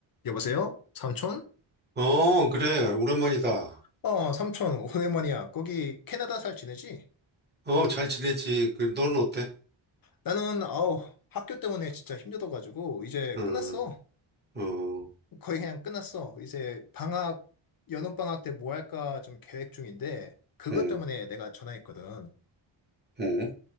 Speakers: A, on the left; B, on the right.
A: 여보세요? 삼촌?
B: 어, 그래. 오랜만이다.
A: 어, 삼촌, 오랜만이야. 거기 캐나다 잘 지내지?
B: 어, 잘 지내지. 그, 너는 어때?
A: 나는, 아우, 학교 때문에 진짜 힘들어가지고, 이제
B: 음,
A: 끝났어.
B: 어,
A: 거의 그냥 끝났어. 이제 방학, 여름방학 때 뭐 할까 좀 계획 중인데, 그것
B: 응
A: 때문에 내가 전화했거든.
B: 응